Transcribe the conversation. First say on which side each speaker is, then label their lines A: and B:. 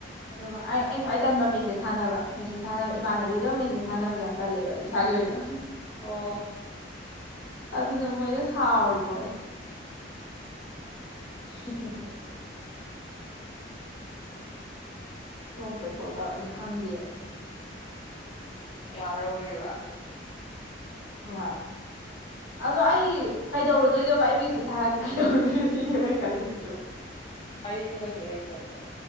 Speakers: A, on the left; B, on the left.
A: ꯑꯗꯨꯒ ꯑꯩ ꯑꯩ ꯈ꯭ꯋꯥꯏ ꯇꯟꯕ ꯃꯦꯁꯦꯁ ꯊꯥꯅꯕ ꯃꯦꯁꯦꯖ ꯊꯥꯅꯕ ꯏꯃꯥꯟꯅꯕꯤꯒ ꯃꯦꯁꯦꯖ ꯊꯥꯅꯕꯁꯦ ꯌꯥꯝ ꯇꯜꯂꯦꯕ ꯏꯁꯥꯒꯤ ꯑꯣꯏꯅ <inaudible>
B: ꯑꯣ
A: ꯑꯗꯨꯅ ꯃꯣꯏꯅ ꯁꯥꯎꯔꯤ ꯄꯣꯠꯅꯤ
B: <unintelligible>
A: ꯅꯣꯡꯇ ꯀꯣꯜ ꯇꯧꯔꯛꯅꯤ ꯈꯪꯗꯦꯅ
B: ꯋꯥꯔꯧꯔꯤꯕ
A: ꯍꯣꯏ ꯑꯗꯣ ꯑꯩ ꯀꯩꯗꯧꯔꯨꯗꯣꯏꯗꯕ ꯑꯩ ꯃꯦꯁꯦꯁ ꯊꯥꯔꯒ ꯀꯩꯗꯧꯔꯨꯗꯣꯏꯅꯣ ꯁꯤꯅꯦꯕ ꯑꯩ ꯈꯜꯂꯤꯁꯤꯁꯨ
B: ꯋꯥꯔꯤꯁꯨ ꯀꯩꯁꯨ ꯂꯩꯇꯕꯗꯣ